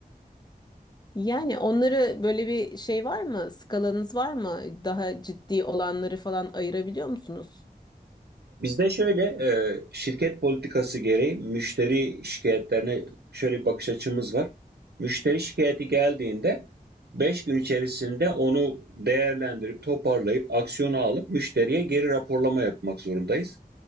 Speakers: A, on the left; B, on the right.
A: Yani onları böyle bir şey var mı? Skalanız var mı? Daha ciddi olanları falan ayırabiliyor musunuz?
B: Bizde şöyle e, şirket politikası gereği müşteri şikayetlerine şöyle bir bakış açımız var. Müşteri şikayeti geldiğinde 5 gün içerisinde onu değerlendirip toparlayıp aksiyonu alıp müşteriye geri raporlama yapmak zorundayız.